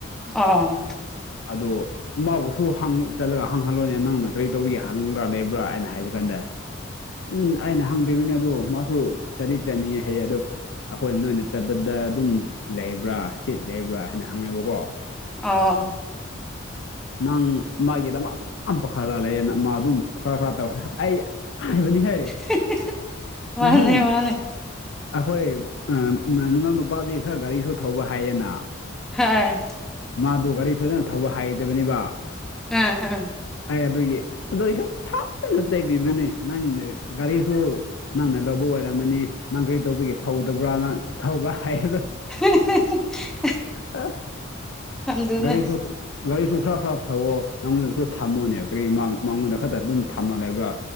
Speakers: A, in the centre; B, on the left (about 65°).
A: ꯑꯣ
B: ꯑꯗꯣ ꯃꯥꯕꯨꯁꯨ ꯍꯡ ꯆꯠꯂꯒ ꯍꯡꯍꯜꯂꯣꯅꯦ ꯅꯪꯅ ꯀꯔꯤ ꯇꯧꯕꯒꯤ ꯍꯪꯕ꯭ꯔꯥ ꯂꯩꯕ꯭ꯔꯥ ꯑꯩꯅ ꯍꯥꯏꯕ ꯀꯟꯗꯦ ꯎꯝ ꯑꯩꯅ ꯍꯪꯕꯤꯕꯅꯦ ꯑꯗꯨ ꯃꯥꯁꯨ ꯆꯗꯤ ꯆꯠꯅꯤꯡꯉꯦ ꯍꯥꯏꯌꯦ ꯑꯗꯣ ꯑꯩꯈꯣꯏ ꯅꯣꯏꯅ ꯆꯠꯄꯗ ꯑꯗꯨꯝ ꯂꯩꯕ꯭ꯔꯥ ꯁꯤꯠ ꯂꯩꯕ꯭ꯔꯥ ꯍꯥꯏꯅ ꯍꯪꯉꯦꯕꯀꯣ
A: ꯑꯣ
B: ꯅꯪ ꯃꯥꯒꯤꯗꯃꯛ ꯌꯥꯝ ꯄꯥꯈꯠꯍꯜꯂꯦꯅ ꯃꯥ ꯑꯗꯨꯝ ꯈꯔ ꯈꯔ ꯇꯧ ꯑꯩ ꯍꯥꯏꯕꯅꯤꯍꯦ
A: <unintelligible> ꯃꯥꯟꯅꯦ
B: ꯅꯍꯥꯟ
A: ꯃꯥ ꯅꯦ
B: ꯑꯩꯈꯣꯏ ꯑ ꯅꯅꯥꯎ ꯅꯨꯄꯥꯗꯤ ꯈꯔ ꯒꯥꯔꯤꯁꯨ ꯊꯧꯕ ꯍꯥꯏꯌꯦꯅ
A: ꯍꯣꯏ
B: ꯃꯥꯗꯨ ꯒꯥꯔꯤ ꯐꯖꯅ ꯊꯧꯕ ꯍꯩꯇꯕꯅꯤꯕ
A: ꯑ ꯑ
B: ꯑꯩ ꯑꯗꯨꯒꯤ ꯑꯗꯣ ꯑꯩ ꯊꯥꯞꯇꯅ ꯆꯩꯕꯤꯕꯅꯦ ꯅꯪꯅ ꯒꯥꯔꯤꯁꯨ ꯅꯪꯅ ꯂꯧꯕ ꯑꯣꯏꯔꯝꯃꯅꯤ ꯅꯪ ꯀꯩꯗꯧꯕꯒꯤ ꯊꯧꯗꯕ꯭ꯔꯥ ꯅꯪ ꯊꯧꯕ꯭ꯔꯥ ꯍꯥꯏꯔꯔꯣꯏ
A: <unintelligible>
B: ꯑꯣ
A: ꯑꯗꯨꯅꯦ
B: ꯒꯥꯔꯤꯁꯨ ꯒꯥꯔꯤꯁꯨ ꯈꯔ ꯈꯔ ꯊꯧꯑꯣ ꯅꯪꯉꯣꯟꯗꯁꯨ ꯊꯝꯃꯨꯅꯦ ꯀꯔꯤ ꯃꯥꯡ ꯃꯥꯡꯉꯨꯟꯅ ꯈꯛꯇ ꯑꯗꯨꯝ ꯊꯝꯅ ꯂꯩꯕ꯭ꯔꯥ